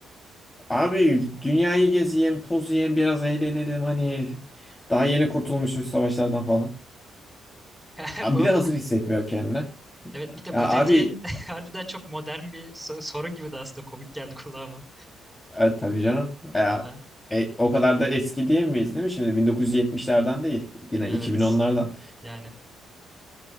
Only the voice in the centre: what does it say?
<laughs>
Bu,
evet bir de
bu
dediğin <laughs> harbiden çok modern bir so- sorun gibi de aslında komik geldi kulağıma.
Aha,
evet.
Yani